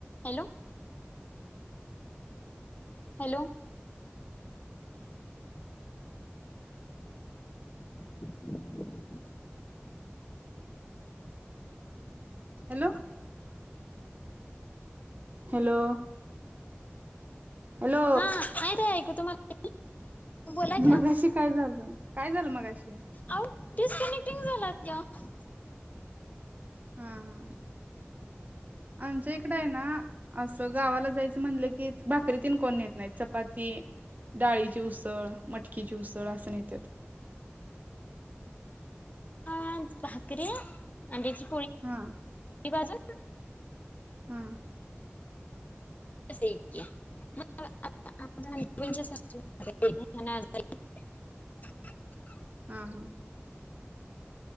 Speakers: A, on the left; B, on the right.
A: Hello hello <inaudible>
B: hello hello hello
A: हा आहे ते ऐकू तुम्हाला बोला की
B: मगाशी काय झालं काय झालं मगाशी?
A: आव डिस्कनेक्टिंग झाला तो
B: हा हा आमच्या इकड आहे ना असं गावाला जायचं म्हणलं की भाकरी तीन कोण नेत नाहीत चपाती डाळीची उसळ मटकीची उसळ असं नेतात.
A: अ भाकरी न त्याची
B: हा
A: ते भाजून
B: हा
A: <unintelligible>
B: हा हा